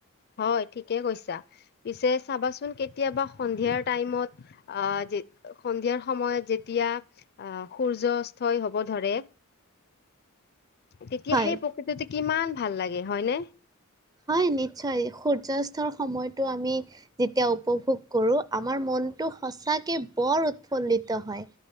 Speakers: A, on the left; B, on the right.
A: হয় ঠিকে কৈছা, পিছে চাবাচোন কেতিয়াবা সন্ধিয়াৰ টাইমত আ সন্ধিয়াৰ সময়ত যেতিয়া আ, সূৰ্যাস্তয় হব ধৰে তেতিয়া
B: হয়
A: সেই প্ৰকৃততে কিমান ভাল লাগে, হয়নে?
B: হয় নিশ্চয়, সূৰ্যাস্তৰ সময়তটো আমি যেতিয়া উপভোগ কৰো আমাৰ মন মনটো সঁচাকে বৰ উৎফুল্লিত হয়।